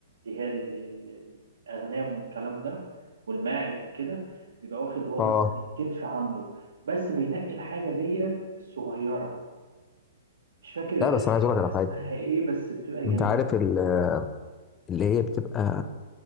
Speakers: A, on the right; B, on the left.
A: اللي هي ال- ال- الأغنام والكلام ده والماعز وكده بيبقى واخد هو
B: اه
A: مثلا الكتف عامله بس بينقي الحاجة ديت الصغيرة مش فاكر
B: لا بس انا عايز اقول
A: بيبقى
B: لك على
A: اسمها
B: حاجه
A: ايه بس بتبقى جميلة
B: انت عارف ال- اللي هي بتبقى